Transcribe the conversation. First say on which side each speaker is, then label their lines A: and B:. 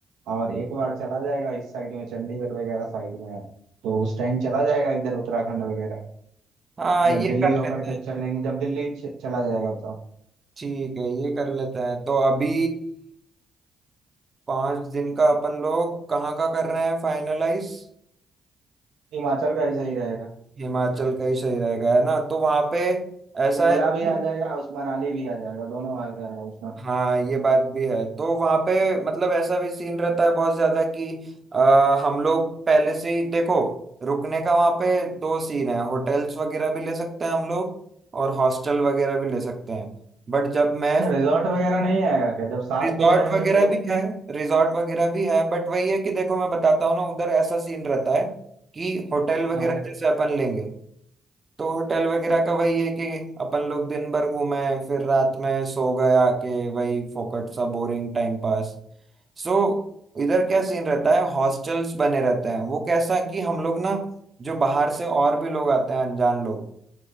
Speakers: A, on the right (about 75°); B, on the right (about 35°).
A: और एक बार चला जाएगा इस साइड में चंडीगढ़ वगैरह साइड में तो उस टाइम चला जाएगा इधर उत्तराखंड वगैरह
B: हाँ
A: जब
B: ये
A: दिल्ली
B: कर
A: होकर
B: लेते हैं
A: के चलेंगे जब दिल्ली च- चला जाएगा तो
B: ठीक है ये कर लेते हैं तो अभी पांच दिन का अपन लोग कहाँ का कर रहे हैं फाइनलाइज
A: हिमाचल का ऐसा ही रहेगा
B: हिमाचल का ही सही रहेगा है ना तो वहां पे ऐसा
A: शिमला
B: है कि
A: भी आ जाएगा उस मनाली भी आ जाएगा दोनों आ जाएगा उसमें
B: हाँ ये बात भी है तो वहां पे मतलब ऐसा भी सीन रहता है बहुत ज्यादा कि आ, हम लोग पहले से ही देखो रुकने का वहां पे दो सीन है होटल्स वगैरह भी ले सकते हैं हम लोग और हॉस्टल वगैरह भी ले सकते हैं बट जब मैं
A: अच्छा रिजॉर्ट वगैरह नहीं आएगा क्या जब सात
B: रिजॉर्ट
A: लोग रहेंगे
B: वगैरह
A: तो
B: भी है रिजॉर्ट वगैरह भी है बट वही है कि देखो मैं बताता हूँ ना उधर ऐसा सीन रहता है कि होटल वगैरह
A: हाँ
B: जैसे अपन लेंगे तो होटल वगैरह का वही है कि अपन लोग दिन भर घूमे फिर रात में सो गए आके वही फोकट सा बोरिंग टाइम पास सो इधर क्या सीन रहता है हॉस्टल्स बने रहते हैं वो कैसा कि हम लोग ना जो बाहर से और भी लोग आते हैं अनजान लोग